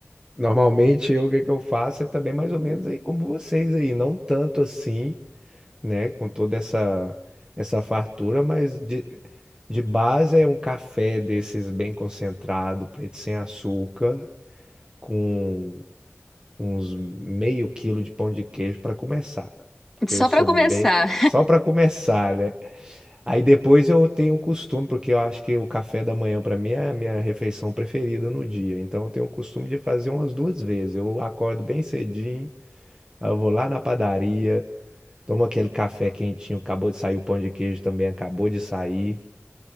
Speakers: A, on the right; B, in the centre.
A: normalmente eu o que que eu faço é também mais ou menos aí como vocês aí, não tanto assim, né, com toda essa essa fartura, mas de de base é um café desses bem concentrado, preto sem açúcar, com uns meio quilo de pão de queijo para começar, porque
B: Só
A: eu sou
B: para começar.
A: bem só para começar, né? Aí depois eu tenho o costume, porque eu acho que o café da manhã para mim é a minha refeição preferida no dia. Então eu tenho o costume de fazer umas duas vezes. Eu acordo bem cedinho, aí eu vou lá na padaria, tomo aquele café quentinho, acabou de sair o pão de queijo também, acabou de sair.